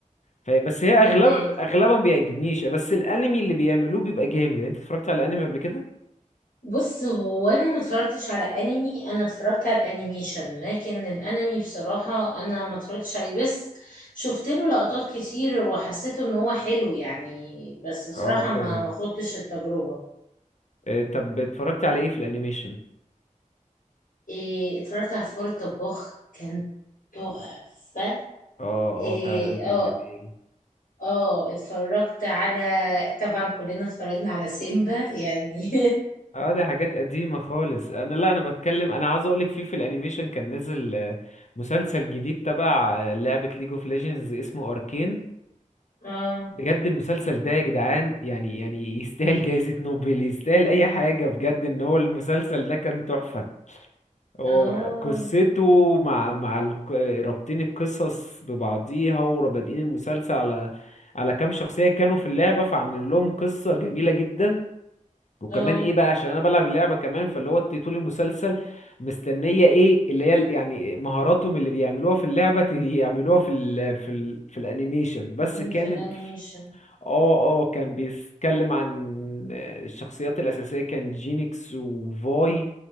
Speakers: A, on the left (about 60°); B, on the left (about 80°).
A: ف- بس هي
B: فاهمه
A: اغلبها اغلبها ما بيعجبنيش بس الانمي اللي بيعملوه بيبقى جامد يعني انت اتفرجت على انمي قبل كده
B: بص هو انا ما اتفرجتش على انمي انا اتفرجت على انيميشن لكن الانمي بصراحه انا ما اتفرجتش عليه بس شفت له لقطات كتير وحسيته ان هو حلو يعني بس بصراحه
A: اه فاهم
B: ما ما خدتش التجربه
A: إيه، طب اتفرجت على ايه في الانيميشن
B: إيه اتفرجت على فار الطباخ كان تحفه
A: اه
B: إيه
A: اه فعلا كان
B: اه
A: جميل
B: اه اتفرجت على طبعا كلنا اتفرجنا على سيمبا يعني
A: اه دي حاجات قديمة خالص انا لا انا بتكلم انا عاوز اقولك في في الانيميشن كان نزل آه، مسلسل جديد تبع آه، لعبة ليج اوف ليجندز اسمه اركين
B: <laughs> اه
A: بجد المسلسل ده يا جدعان يعني يعني يستاهل جائزة نوبل يستاهل اي حاجة بجد ان هو المسلسل ده كان تحفة هو
B: اه
A: قصته مع مع الق- رابطين القصص ببعضيها ورابطين المسلسل على على كام شخصية كانوا في اللعبة فعاملين لهم قصة جميلة جدا وكمان
B: اه
A: ايه بقى عشان انا بلعب اللعبه كمان فاللي هو طول المسلسل مستنيه ايه اللي هي ال- يعني مهاراتهم اللي بيعملوها في اللعبه ت- يعملوها في ال في ال في الانيميشن بس كان
B: في الانيميشن
A: ب- اه اه كان بيتكلم عن الشخصيات الاساسيه كان جينيكس وفاي